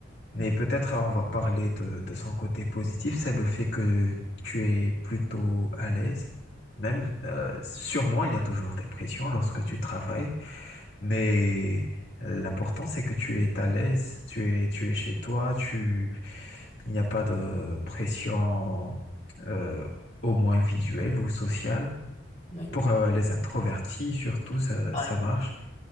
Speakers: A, on the left; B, on the left.
A: Mais
B: Bon.
A: peut-être euh, on va parler de, de son côté positif, c'est le fait que tu es plutôt à l'aise. Même, euh, sûrement, il y a toujours des pressions lorsque tu travailles. Mais l'important, c'est que tu es à l'aise, tu es, tu es chez toi, tu, il n'y a pas de pression, euh, au moins visuelle ou sociale.
B: Oui,
A: Pour euh, les introvertis, surtout, ça,
B: par
A: ça
B: exemple.
A: marche.